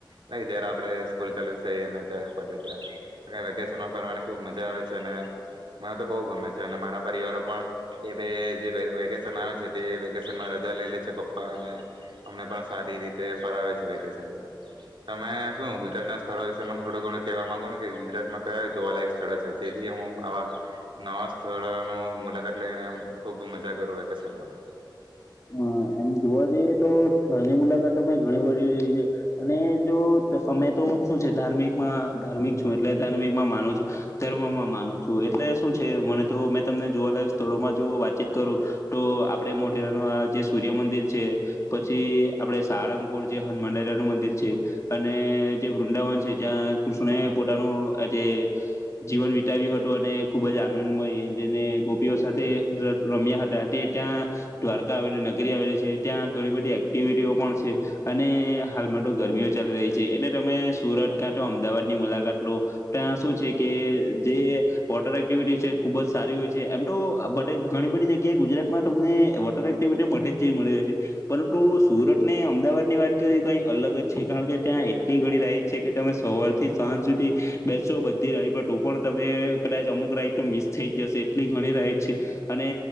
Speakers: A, on the right (about 80°); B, on the left (about 35°).
A: લક જયારે આપણે સ્કૂલ ચાલુ થઈને. ત્યારે પડે ત્યારે વેકેશનમાં ફરવાની ખુબ મજા આવે છે. છે ને મને તો બહુ ગમે છે. અને મારા પણ એ જે વેકેશન આવે છે. તે વેશનમાં રજા લઈ લે છે. પપ્પા અને અમને પણ સારી રીતે ફરાવે છે. વેકેશનમાં તમે શું ગુજરાત ના સ્થળો વિશે થોડું ઘણું કેવા માંગો ને કે ગુજરાતમાં કયા, જોવાલાયક સ્થળો છે. તેથી હું આવા નવા સ્થળ મુલાકાત લઈને ખુબ મજા કરું વેકેશનમાં
B: હા, એમ જોવા જઈએ તો સ્થળની મુલાકાત મેં ઘણી વી રહી છે અને જો અમે તો શું છે ધાર્મિકમાં ધાર્મિક છું એટલે ધાર્મિકમાં માનું છું, ધર્મમાં માનું છું, એટલે શું છે મને તો મેં તમને જોવા અલાક સ્થળોમાં જો વાતચીત કરું તો આપણે મોઢે જે સૂર્યમંદિર છે, પછી આપણે સારંગપુર જે હનુમંડરયા નું મંદિર છે અને જે વૃંદાવન છે જ્યાં કૃષ્ણ પોતાનું જે જીવન વિતાવ્યું હતું અને ખુબ જ આનંદમય જેને ગોપીઓ સાથે રમ્યા હતા તે ત્યાં. દ્વારકા આવેલી નગરી આવેલી છે, ત્યાં ઘણી બધી એક્ટિવિટીઓ પણ છે અને હાલમાં તો ગરમીઓ ચાલી રહી છે, એટલે તમે સુરત ક્યાં તો અમદાવાદની મુલાકાત લો, ત્યાં શું છે કે જે વોટર એક્ટિવિટી છે ખૂબજ સારી હોય છે. એમ તો બધ ઘણી બધી જગ્યાએ ગુજરાતમાં તમને એક્ટિવિટી બધેજ જેવી મળી રહે છે, પરંતુ સુરત ને અમદાવાદની વાત કરીએ તો કંઈ અલગજ છે, કારણ કે ત્યાં એટલી ઘણી રાઈડ છે કે તમે સવારથી સાંજ સુધી બેસો બધી રાઈડ પર તો પણ તમે કદાચ અમુક રાઈડ તો મિસ થઈજ જશે, એટલી ઘણી રાઈડ છે અને